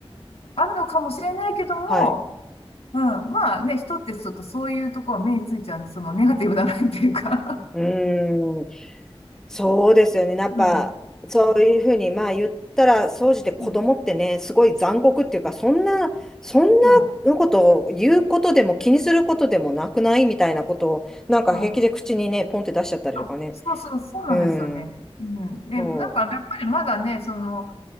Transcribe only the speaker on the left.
あるのかもしれないけども、
うん、まあね、人ってちょっとそういうところ目についちゃうんで、そのネガティブな面っていうか
<laughs> うん、
うん、
まあ、
まあ、
あそうそう、そうなんですよね。
うん。で、
なんかやっぱりまだね、その、